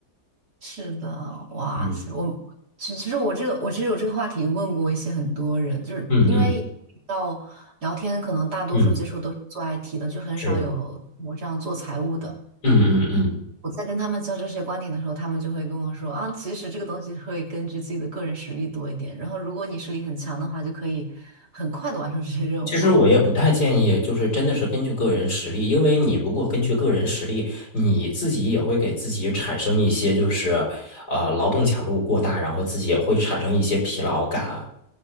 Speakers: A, on the right; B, on the left.
A: 是的，哇塞，
B: 嗯
A: 我其其实我这个我其实有这个话题问过一些很多人，就是因为到聊天，
B: 嗯嗯
A: 可能大多数接触都是做
B: 嗯，
A: IT 的，就很少有我这样做财务的。
B: 是，嗯嗯嗯。
A: 我在跟他们交流这些观点的时候，他们就会跟我说啊，其实这个东西会根据自己的个人实力多一点，然后如果你实力很强的话，就可以很快的完成这些任务。
B: 其实我也不太建议，
A: <laughs>
B: 就是真的是根据个人实力，因为你如果根据个人实力，你自己也会给自己产生一些就是呃劳动强度过大，然后自己也会产生一些疲劳感。